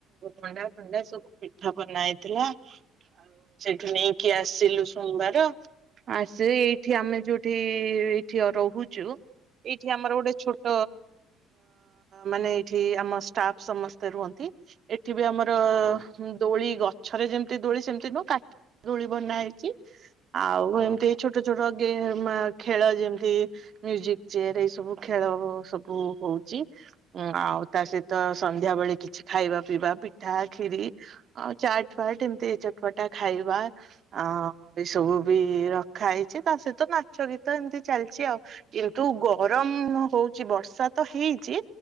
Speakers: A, on the right (about 45°); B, on the left (about 20°).
A: ମଣ୍ଡା ଫଣ୍ଡା ସବୁ ପିଠା ବନ ହେଇଥିଲା ଆଉ ସେଇଠୁ ନେଇକି ଆସିଲୁ। ସୋମବାର ଆସ ଏଇଠି ଆମେ ଯୋଉଠି ଏଠି ରହୁଛୁ ଏଇଠି ଆମର ଗୋଟେ ଛୋଟ ମାନେ ଏଇଠି ଆମ ଷ୍ଟାଫ ସମସ୍ତେ ରୁହନ୍ତି। ଏବେ ଆମର
B: ହଁ
A: ଦୋଳି ଗଛ ଛରେ ଯେମିତି ଦୋଳି ସେମିତି ନୁହଁ କାଠ ଦୋଳି ବନା ହେଇଛି ଆଉ
B: ହଁ
A: ଏମିତି
B: ହଁ
A: ଏଇ ଛୋଟ ଛୋଟ ଖେଳ ଯେମତି ମୁଜିକ ଚେୟାର ଏଇ ସବୁ ଖେଳ ସବୁ ହଉଛି ଆଉ ତା ସହିତ ସନ୍ଧ୍ୟାବେେଳେ କିଛି ଖାଇବା ପିଇବା ପିଠା ଖିରି ଆଉ ଚାଟ ଫାଟ ଏମିତି ଏ ଚଟପଟା ଖାଇବା ଆ ଏଇ ସବୁ ବି ରଖା ହେଇଛି ତା ସହିତ ନାଚ ଗୀତ ଏମିତି ଚାଲିଛି ଆଉ କିନ୍ତୁ ଗରମ ହଉଛି ବର୍ଷା ତ ହେଇଛି